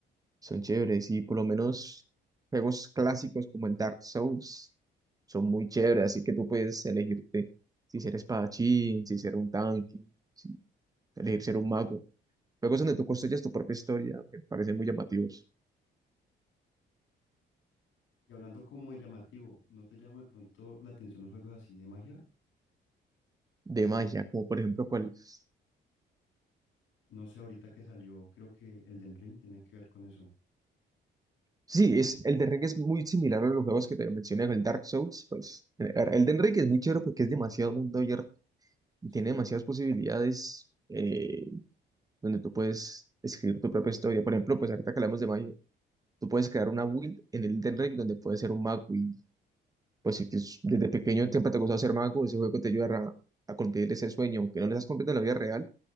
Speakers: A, on the right; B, on the left.
A: son chéveres y por lo menos juegos clásicos como el Dark Souls son muy chéveres, así que tú puedes elegirte si ser espadachín, si ser un tanque, si elegir ser un mago. Juegos donde tú construyes tu propia historia, me parecen muy llamativos.
B: Y hablando como de llamativo, ¿no te llama de pronto la atención los juegos así de magia?
A: De magia, como por ejemplo, ¿cuáles?
B: No sé, ahorita que salió, creo que el del Ring tiene que ver con eso.
A: Sí, es, el de Ring es muy similar a los juegos que te mencioné, el Dark Souls. Pues, el de Ring es muy chévere porque es demasiado mundo abierto y
B: Sí.
A: tiene demasiadas posibilidades eh, donde tú puedes escribir tu propia historia. Por ejemplo, pues ahorita que hablamos de magia, tú puedes crear una build en el Elden Ring donde puedes ser un mago y pues si tienes- desde pequeño tiempo te ha gustado ser mago, ese juego te ayudará a, a cumplir ese sueño. Aunque no lo estás cumpliendo en la vida real,